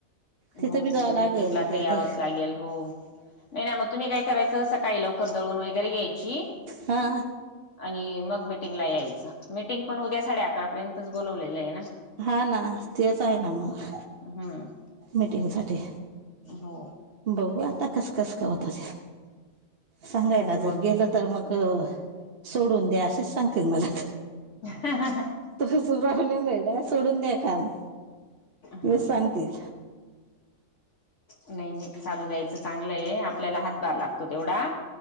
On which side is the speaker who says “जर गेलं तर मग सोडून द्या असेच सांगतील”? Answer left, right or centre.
Right